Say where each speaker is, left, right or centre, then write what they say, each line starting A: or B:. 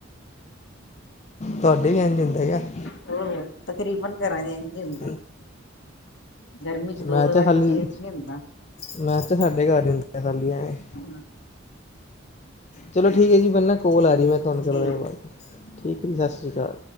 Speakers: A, on the left; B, on the left.
A: ਤੁਹਾਡੇ ਵੀ ਐਨ ਜ਼ਿੰਦਾ ਆ <inaudible>
B: ਉਹ ਤਕਰੀਬਨ ਘਰਾਂ
A: <inaudible> <inaudible>
B: ਹੀ ਹੁੰਦਾ ਗਰਮੀ ਚ
A: ਮੈਂ
B: ਦੋ ਦੋ
A: ਤਾਂ
B: ਵਾਰੀ
A: ਖਾਲੀ
B: ਚੇਂਜ ਨਹੀਂ ਹੁੰਦਾ
A: ਮੈਂ ਤਾਂ ਸਾਡੇ ਘਰ ਹੀ ਹੁੰਦਾ ਆ ਖਾਲੀ ਐਂ <inaudible>
B: ਆਹ <inaudible>
A: ਚਲੋ ਠੀਕ ਏ ਜੀ ਮੈਂ ਨਾ ਕੋਲ
B: ਠੀਕ
A: ਆ ਰਹੀ ਮੈਂ ਤੁਹਾਨੂੰ
B: ਠੀਕ
A: ਠੀਕ ਏ ਜੀ ਸਸ ਸ੍ਰੀ ਕਾਲ।